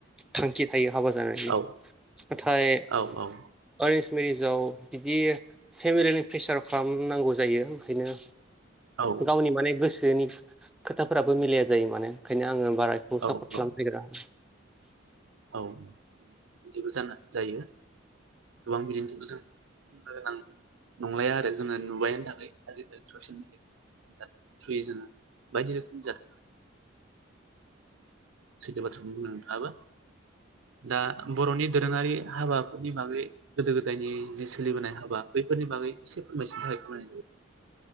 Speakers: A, in the centre; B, on the right.
A: थांखि थायो। हाबा जानायनि
B: औ
A: नाथाय एरेन्स
B: औ
A: मेरिजाव बिदि फेमिलिनि प्रेसार खालामनांगौ जायो ओंखायनो
B: औ
A: गावनि माने गोसोनि खोथाफोराबो मिलाया जायो माने ओंखायनो आङो बाराखौ
B: औ
A: सापर्ट
B: औ
A: खालामनो नागेरा
B: औ बिदिबो जायो गोबां बिदिन्थिखौ जों बुंनो गोनां नंलाया आरो जोङो नुबायानो थाखायो आजिखालि ससियेल मिडिया इन्टारनेटनि थ्रुयै जोङो बायदि रोखोमनि जा सैथो बाथ्राखौनो बुंदों नोंथाङाबो दा बर'नि दोरोङारि हाबाफोरनि बागै गोदो गोदायनि जि सोलिबोनाय हाबा बैफोरनि बागै एसे फोरमायथिनो थाखाय खावलायनाय जाबाय।